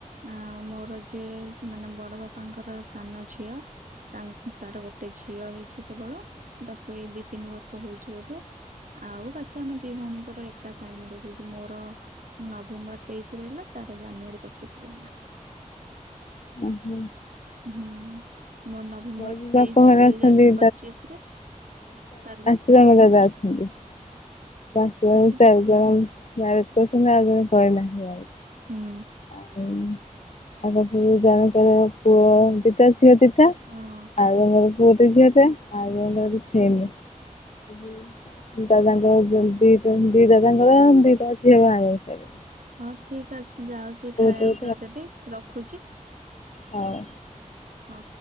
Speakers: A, on the right; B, on the left.
A: ଆ ମୋର ଯିଏ ମାନେ ବଡ ବାପାଙ୍କର ସାନ ଝିଅ ତା ତାର ଗୋଟେ ଝିଅ ହେଇଛି କେବଳ। ତାକୁ ଏଇ ଦି ତିନି ବର୍ଷ ହଉଛି ବୋଧେ ଆଉ ବାକି ଆମ ଦି ଭଉଣୀଙ୍କର ଏ ତା <unintelligible> ହୋଇଛି ମୋର। ନଭେମ୍ବର ତେଇଶିରେ ହେଲା ତାର ଜାନୁଆରୀ ପଚିଶି ରେ ହେଲା।
B: ଓ ହୁଁ।
A: ହୁଁ। ମୁଁ ନଭେମ୍ବର
B: ବି ବାପ
A: ତେଇଶି
B: ଘରେ
A: ଦୁଇ
B: ଅଛନ୍ତି
A: ହଜାର ପଚିଶ ରେ ତାରି
B: ଙ୍ଗ ଦାଦା ଆସିଛନ୍ତି। ଥ <unintelligible>
A: ଆଜ୍ଞା ହୁଁ।
B: ହୁଁ ତାଙ୍କର ସବୁ ଯାହାଙ୍କର ପୁଅ ଦିଟା ଝିଅ ଦିଟା
A: ହଁ।
B: ଆଉ ମୋର ପୁଅଟେ ଝିଅଟେ ଆଉ ମୋର କିଛି
A: ହୁଁ
B: ହେଇନି। ଏଇ ଯୋଉ ଦାଦାଙ୍କ ଦି ଦି ଦାଦାଙ୍କର ଦିଟା ଝିଅ ବାହା ହେଇସାଇଲେଣି।
A: ହଁ ଠିକ ଅଛି ଯାଉଛି ଖାଇବା
B: ଗୋଟେ
A: ପିଇବା ଦେବି ରଖୁଛି।
B: ହଉ।
A: ହଁ।